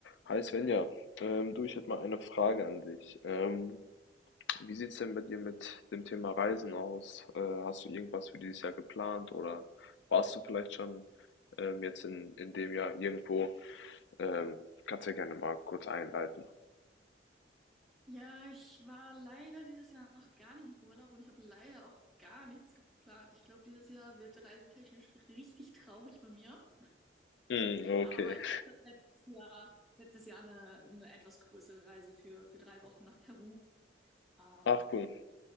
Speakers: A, on the left; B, in the centre.
A: Hi Svenja, ähm, du, ich hätte mal eine Frage an dich. Ähm, wie sieht's denn bei dir mit dem Thema Reisen aus? Äh, hast du irgendwas für dieses Jahr geplant oder warst du vielleicht schon ähm, jetzt in, in dem Jahr irgendwo? Ähm, kannst ja gerne mal kurz einleiten.
B: Ja, ich war leider dieses Jahr noch gar nicht im Urlaub und ich habe leider auch gar nichts geplant. Ich glaube, dieses Jahr wird reisetechnisch richtig traurig bei mir.
A: Mm,
B: Aber
A: okay.
B: ich hatte letztes Jahr, letztes Jahr eine, eine etwas größere Reise für, für drei Wochen nach Peru. Ähm,
A: Ach cool.